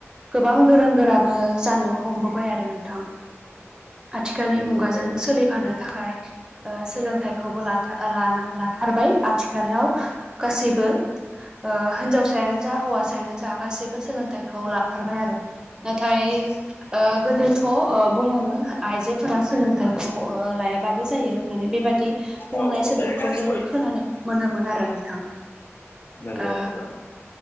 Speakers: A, on the right; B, on the left.
A: गोबां गोरों गोराबो जानो हमबोबाय आरो नोंथां आथिखालनि
B: नंगौ
A: मुगाजों
B: थारैनो
A: सोलिफानो थाखाय ओ सोलोंथाइखौबो लाथार लानां लाथारबाय आथिखालाव गासैबो ओ हिनजावसा हिसायानो जा हौवासायानो जा गासैबो सोलोंथाइखौ लाथारबाय आरो नाथाय ओ गोदोथ' ओ बुङोमोन आइजोफोरा सोलोंथाइखौ ओ लायाबाबो जायो होननानै बेबादि बुंनाय
B: औ
A: सोदोबखौ जों खोनानो मोनोमोन आरो नोंथां
B: नंगौ
A: ओ
B: नंगौ